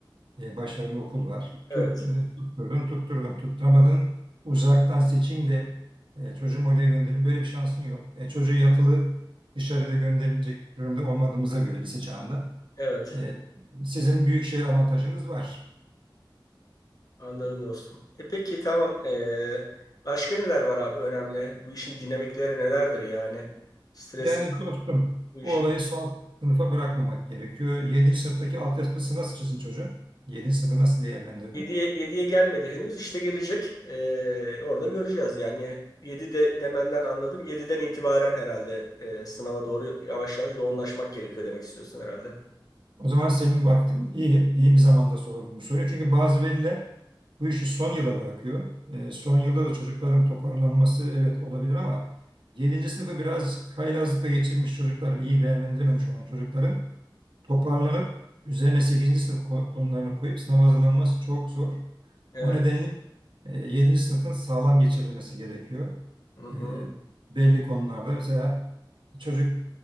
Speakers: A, on the right (about 75°); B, on the left (about 45°).
A: e, başarılı okul var.
B: Evet,
A: Tut, e, tutturdun, tutturdun, tutturamadın. Uzaktan seçeyim de e, çocuğumu oraya gönderin. Böyle bir şansın yok. E, çocuğu yatılı dışarıda gönderebilecek durumda olmadığımıza göre lise çağında.
B: evet.
A: e, sizin büyük şehir avantajınız var.
B: Anladım dostum. E peki tamam. Ee, başka neler var abi önemli? Bu işin dinamikleri nelerdir yani? Stres
A: Yani dostum
B: bu işin.
A: bu olayı son sınıfa bırakmamak gerekiyor. Yedinci sınıftaki altyapısı nasıl çizin çocuğun? Yedinci sınıfı nasıl değerlendirdi?
B: 7'ye 7'ye gelmedi henüz. İşte gelecek. Ee, orada göreceğiz yani. yedi de, demenden anladım. yediden itibaren herhalde e, sınava doğru yavaş yavaş yoğunlaşmak gerekiyor demek istiyorsun herhalde.
A: O zaman senin vaktin iyi, iyi bir zamanda sordum bu soruyu. Çünkü bazı veliler bu işi son yıla bırakıyor. Ee, son yılda da çocukların toparlanması evet olabilir ama yedinci sınıfı biraz haylazlıkla geçirmiş çocukların, iyi değerlendirememiş olan çocukların toparlanıp üzerine sekizinci sınıf ko- konularını koyup sınava hazırlanması çok zor.
B: Evet.
A: O nedenle e, 7. sınıfın sağlam geçirilmesi gerekiyor.
B: Hı hı.
A: E, belli konularda mesela çocuk